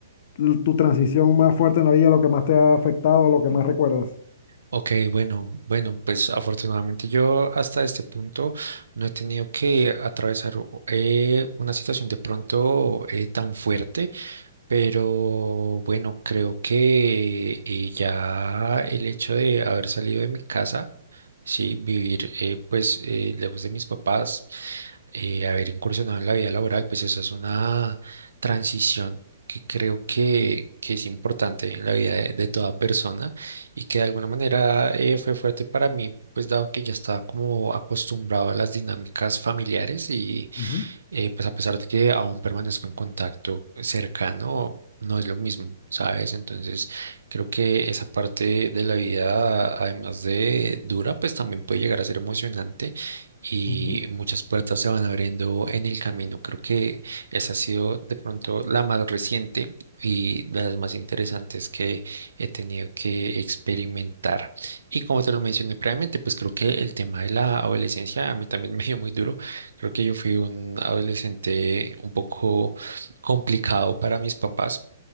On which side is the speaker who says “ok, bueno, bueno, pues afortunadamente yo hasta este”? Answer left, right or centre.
Right